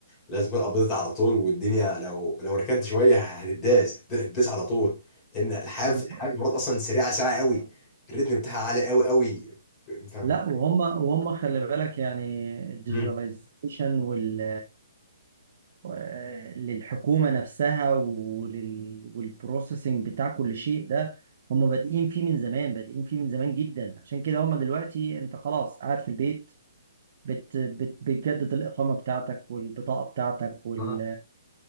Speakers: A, on the left; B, on the right.
A: لازم تكون قبضت على طول والدنيا لو لو ركنت شويه هتداس هتداس على طول لان الحياه
B: بالظبط
A: في الحياه في الامارات اصلا سريعه سريعه قوي الريتم بتاعها عالي قوي قوي فاهم
B: لا وهم وهم خلي بالك يعني الديجيتاليزيشن
A: مم.
B: وال آه، للحكومة نفسها ولل... والبروسيسنج بتاع كل شيء ده هم بادئين فيه من زمان بادئين فيه من زمان جدا عشان كده هم دلوقتي انت خلاص قاعد في البيت بت... بت... بتجدد الإقامة بتاعتك والبطاقة بتاعتك وال...
A: اه